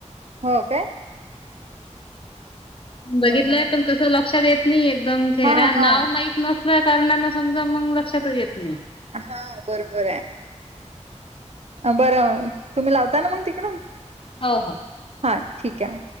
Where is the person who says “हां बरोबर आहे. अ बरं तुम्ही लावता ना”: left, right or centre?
Right